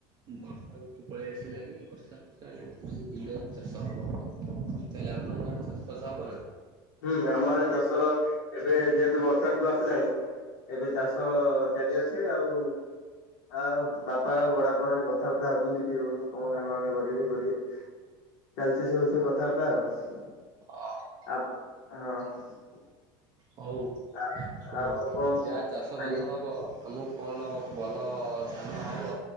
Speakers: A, on the right; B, on the left.
A: ବର୍ଷା <inaudible> ପଳେଇ ଆସିଲାଣି, ବର୍ଷା ଆଇଲାଣି, ବିଲରେ ଚାଷ ହବ, <inaudible> ଆପଣଙ୍କ ଆ ଚାଷ ଫାଷ ହବ ନା?
B: ହୁଁ, ଆମ ଆଡେ ଚାଷର ଏବେ ଯେହେତୁ ବ ଋତୁ ଆସିଲେଣି, ଆଉ ଏବେ ଚାଷ ଚାଲି ଅଛି ଆଉ। ଆଉ ବାପା ଆଉ ବଡ ବାପା ମାନେ କଥାବାର୍ତ୍ତା ହଉଛନ୍ତି, କିଏ <inaudible> କଣ ଧାନ ମାନ କରିବୁ କରିବୁ। ଚାଲିଛି ସେ ବିଷୟ କଥାବାର୍ତ୍ତା ଆଉ।
A: <inaudible>
B: <inaudible>
A: ହଉ
B: ଆ
A: ଶୁଣ,
B: ଆପଣ କଣ
A: ଯାହା ଚାଷ
B: ଆଜ୍ଞା
A: ବାସ ହବ। ଆମକୁ କଣ ଭଲ ଧାନ ହେବ